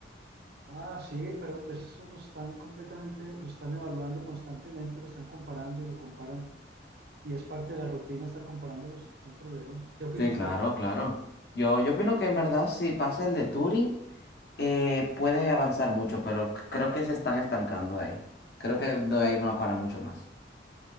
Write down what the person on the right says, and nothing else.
Ah, sí, pero pues eso lo están completamente, lo están evaluando constantemente, lo están comparando y lo comparan. Y es parte de la rutina estar comparándolos, no hay problema. ¿Qué opina
usted?